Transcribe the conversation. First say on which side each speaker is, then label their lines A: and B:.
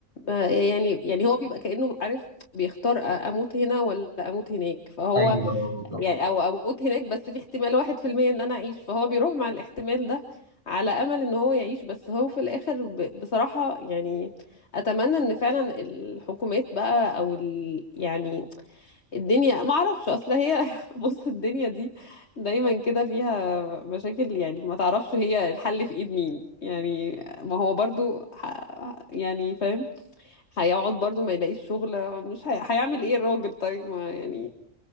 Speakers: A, on the left (about 60°); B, on the left (about 25°).
A: آه، يعني يعني هو بيبقى كأنه عارف بيختار آه، أموت هنا ولا أموت هناك فهو
B: أيوه أيوه بالظبط
A: يعني أو أموت هناك بس في احتمال واحد في المية إن أنا أعيش فهو بيروح مع الاحتمال ده على امل ان هو يعيش بس هو في الاخر ب- بصراحة يعني اتمنى ان فعلا الحكومات بقى او ال يعني الدنيا ما اعرفش اصل هي <laughs> بص الدنيا دي دايما كده فيها مشاكل يعني ما تعرفش هي الحل في ايد مين يعني ما هو برضو ح... يعني فاهم هيقعد برضو ما يلاقيش شغل مش هي... هيعمل ايه الراجل طيب ما يعني